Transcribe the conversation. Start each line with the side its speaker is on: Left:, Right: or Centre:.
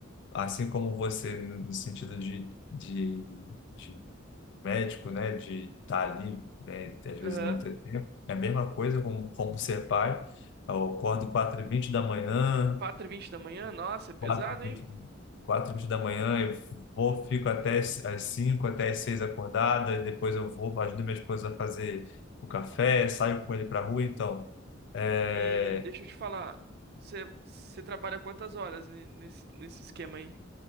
Left: assim como você, no sentido de, de, de médico, né, de estar ali, né, às vezes
Right: aham.
Left: não ter tempo. É a mesma coisa como, como ser pai. Eu acordo 4h20 da manhã,
Right: quatro e vinte da manhã? Nossa, é pesado,
Left: quatro e vinte,
Right: hein?
Left: quatro e vinte da manhã, eu vou, fico até as as 5, até as 6 acordado, e depois eu vou, ajudo minha esposa a fazer o café, saio com ele para a rua, então... É,
Right: E deixa eu te falar, você você trabalha quantas horas ne- nesse, nesse esquema aí?